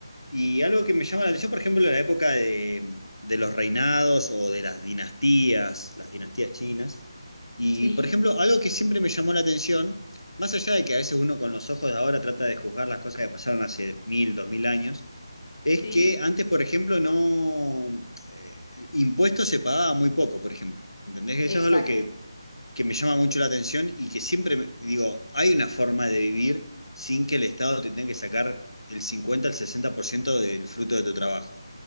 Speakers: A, on the left; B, on the left.
A: Y algo que me llama la atención, por ejemplo, la época de, de los reinados o de las dinastías, las dinastías chinas. Y,
B: sí,
A: por ejemplo, algo que siempre me llamó la atención, más allá de que a veces uno con los ojos de ahora trata de juzgar las cosas que pasaron hace mil, dos mil años, es
B: sí,
A: que antes, por ejemplo, no eh, impuestos se pagaba muy poco, por ejemplo. ¿Entendés? Eso
B: exacto,
A: es algo que, que me llama mucho la atención y que siempre me- digo, hay una forma de vivir sin que el Estado te tenga que sacar el 50 al 60% del fruto de tu trabajo.